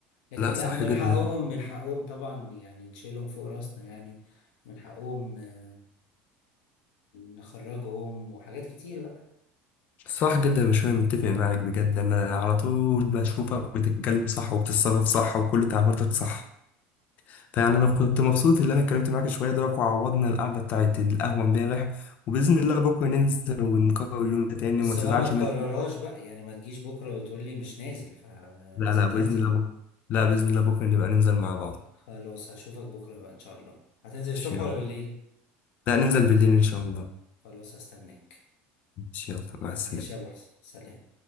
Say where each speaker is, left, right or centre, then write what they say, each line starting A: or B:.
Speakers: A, on the left; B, on the left.
A: لكن
B: <laughs> لا
A: لا
B: صح
A: من
B: جدا
A: حقهم من حقهم طبعا يعني نشيلهم فوق راسنا يعني من حقهم ن- نخرجهم وحاجات كتير بقى
B: صح جدا مش انا متفق معاك بجد انا على طول بشوفك بتتكلم صح وبتتصرف صح وكل تعاملاتك صح فيعني انا كنت مبسوط ان انا اتكلمت معاك شويه دلوقتي وعوضنا القعده بتاعت القهوه امبارح وباذن الله بكره ننزل ونكرر اليوم ده تاني
A: بس
B: وما تزعلش
A: بقى ما تكررهاش
B: مني
A: بقى يعني ما تجيش بكرة وتقول لي مش نازل فلازم
B: لا لا
A: تنزل
B: باذن الله بكره لا باذن الله بكره نبقى ننزل مع بعض
A: خلاص هشوفك بكرة بقى إن شاء الله هتنزل الصبح
B: ماشي، يلا
A: ولا بالليل
B: لا ننزل بالليل ان شاء الله
A: خلاص هستناك
B: ماشي، يلا مع السلامه
A: ماشي يا أبو حسن سلام